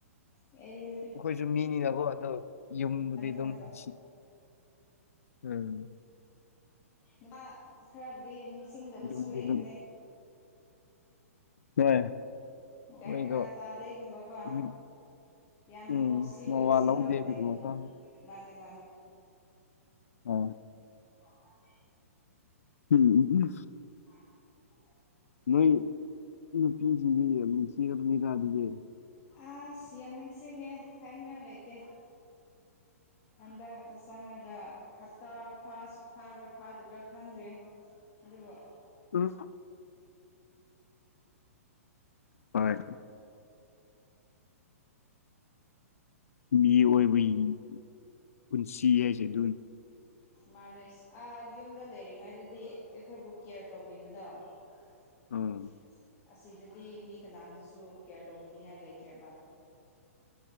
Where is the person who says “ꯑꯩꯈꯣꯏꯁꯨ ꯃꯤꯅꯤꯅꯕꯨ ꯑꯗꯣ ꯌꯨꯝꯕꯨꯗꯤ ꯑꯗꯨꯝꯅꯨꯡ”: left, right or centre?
Left